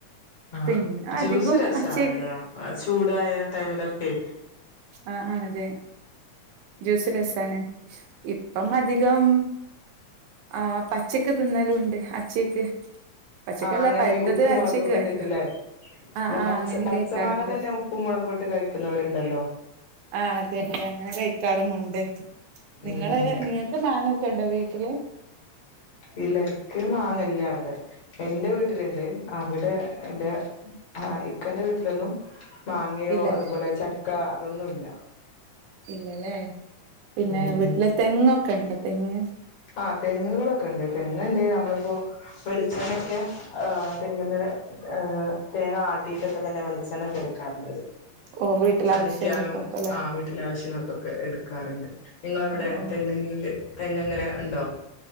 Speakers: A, on the left; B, on the right.
A: ആഹ്
B: പിന്നെ
A: ജ്യൂസ്
B: അധികം
A: രസാണല്ലോ
B: അച്ചേ
A: ചൂടായ ടൈമിലൊക്കെ
B: ആഹ് ആഹ് അതെ ജ്യൂസ് രസാണ് ഇപ്പം അധികം ആഹ് പച്ചക്ക് തിന്നലും ഉണ്ട് അച്ചേക്ക് പച്ചക്കല്ല
A: ആഹ് അങ്ങനെ
B: പഴുത്തത്
A: ഈ ഉപ്പും മുളകൊക്കെ
B: അച്ചേക്ക് കഴിക്കും
A: ഇട്ടിട്ട്ല്ലേ
B: ആ
A: അല്ല
B: ആ
A: പച്ച
B: അങ്ങനെയും
A: പച്ച
B: കഴിക്കാറുണ്ട്
A: മാങ്ങ തന്നെ ഉപ്പും മുളകും ഇട്ട് കഴിക്കുന്നോര്ണ്ടല്ലോ
B: ആഹ് അതെ അതെ അങ്ങനെ കഴിക്കാറുമുണ്ട്
A: ഉം
B: നിങ്ങള്
A: ഉം
B: നിങ്ങൾക്ക് മാങ്ങഒക്കെ ഉണ്ടോ വീട്ടില്
A: ഇല്ല എനിക്ക് മാങ്ങല്ല ഇല്ല അവിടെ എന്റെ വീട്ടിലുണ്ട് അവിടെ എന്റെ ഇക്കന്റെ വീട്ടിലൊന്നും മാങ്ങയോ
B: ഇല്ലല്ലേ
A: അതുപോലെ ചക്ക അതൊന്നുല്ല.
B: ഇല്ലല്ലേ പിന്നെ
A: ഉം
B: വീട്ടില്
A: ഉം
B: തെങ്ങൊക്കെ ണ്ട് തെങ്ങ്
A: ആഹ് തെങ്ങുകളൊക്കെ ണ്ട് തെങ്ങുണ്ട് നമ്മളിപ്പോ വെളിച്ചെണ്ണയൊക്കെ ആഹ് തെങ്ങു ന്ന് ഏ തേങ്ങ ആട്ടിട്ടൊക്കെ തന്നെ വെളിച്ചെണ്ണൊക്കെടുക്കാറുള്ളത്
B: ഓ വീട്ടിലെ
A: അരയ്ക്കാനും
B: ആവശ്യങ്ങൾക്കൊക്കെല്ലേ
A: ആഹ് ട്ടിലെ ആവശ്യങ്ങൾക്കൊക്കെ എടുക്കാറ്ണ്ട്, നിങ്ങളവിടെ
B: ഓ ഓ
A: തെങ്ങ് ണ്ട് തെങ്ങ് എങ്ങനെ ഇണ്ടോ?